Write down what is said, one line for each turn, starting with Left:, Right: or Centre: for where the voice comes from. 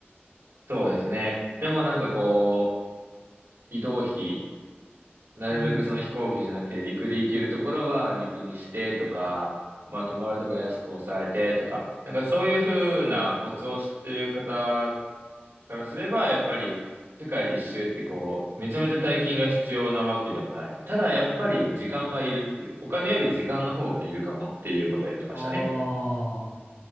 Right: そうですね。でもなんかこう、移動費なるべくその飛行機じゃなくて陸で行けるところは陸にしてとか、
Left: うん。
Right: まあ泊まるとこ安く抑えてとか、なんかそういうふうなコツを知ってる方からすれば、やっぱり世界一周ってこう、めちゃめちゃ大金が必要なわけでもない。ただやっぱり時間はいるっていう、お金より時間の方がいるかもっていうことを言ってましたね。
Left: ああ。